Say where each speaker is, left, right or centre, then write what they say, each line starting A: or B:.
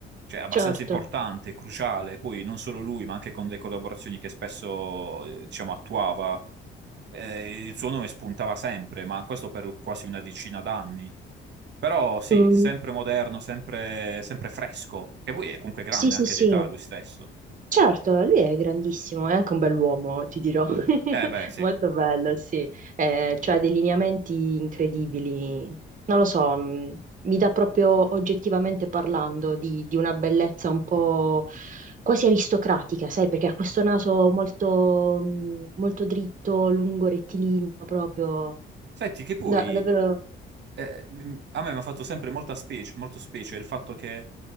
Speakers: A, on the right; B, on the right.
A: cioè abbastanza
B: Certo.
A: importante, cruciale. Poi non solo lui, ma anche con le collaborazioni che spesso, eh, diciamo, attuava, eh, il suo nome spuntava sempre, ma questo per quasi una decina d'anni. Però sì,
B: Mm,
A: sempre moderno, sempre, sempre fresco, che poi è comunque grande
B: sì, sì,
A: anche
B: sì.
A: d'età lui stesso.
B: Certo, lui è grandissimo, è anche un bell'uomo, ti dirò. <laughs>
A: Eh beh, sì.
B: Molto bello, sì. Eh, cioè ha dei lineamenti incredibili. Non lo so, mh, mi dà proprio oggettivamente parlando di, di una bellezza un po' quasi aristocratica, sai, perché ha questo naso molto, mh, molto dritto, lungo, rettilineo, proprio.
A: Senti, che poi
B: Da- davvero.
A: eh, m- a me mi ha fatto sempre molta specie, molto specie il fatto che